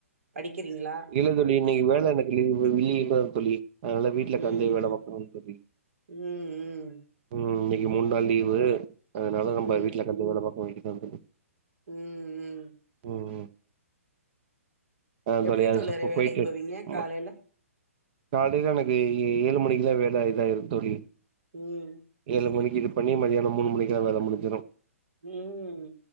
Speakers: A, on the right; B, on the right.
A: படிக்கிறீங்களா
B: இல்ல தோழி இன்னைக்கி வேல எனக்கு லீவு லீவுதா தோழி அதுனால வீட்ல
A: ம்
B: கெடந்து வேல பாக்கணு தோழி
A: ம் ம்
B: ம் இன்னிக்கு மூன் நாள் லீவு அதனால நம்ம
A: ம் ம்
B: வீட்லவுக்காந்து வேல பாக்க வேண்டிதா தோழி
A: ம் ம்
B: ம் ம் அதா
A: எப்டி
B: தோழி அது
A: தோழரே
B: சுப்ப
A: வேலைக்கு
B: போய்ட்டு
A: போவீங்க
B: ம்மா
A: காலைல
B: காலைல எனக்கு ஏ ஏழு மணிக்குல்லா வேல இதாய்ரு தோழி
A: ம்
B: ஏழு மணிக்கு இது பண்ணி மதியானம் மூணு மணிக்குல்லா வேல முடிஞ்சிரு
A: ம்